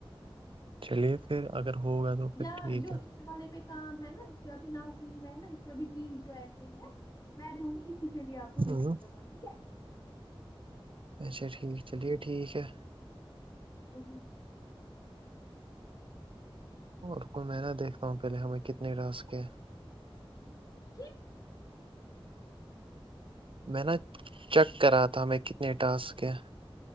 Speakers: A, on the right; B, on the left.
A: چلیے پھر اگر ہوگا تو پھر
B: یا
A: ٹھیک
B: جو
A: ہے
B: اس والے پہ کام ہے نا اس پہ ا بھی ناؤ گن گئے نا اس پہ ا بھی بی جو ایسے ہی ہے میں دوں گی اس س چلیے آپ کو انشاء
A: ہوں
B: لبا ٹھیک ہے
A: اچھا ٹھیک چلیے ٹھیک ہے
B: جی
A: اور کوئی میں نہ دیکھتا ہوں پہلے ہمیں کتنے رہ سکے
B: <unintelligible>
A: میں نا چیک کرا تھا میں کتنے ٹاس کے